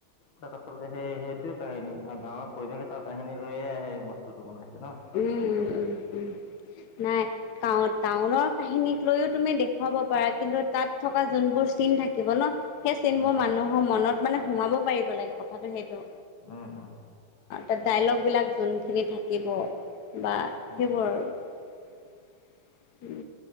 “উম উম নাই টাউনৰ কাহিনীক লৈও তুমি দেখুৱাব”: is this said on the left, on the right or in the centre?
Left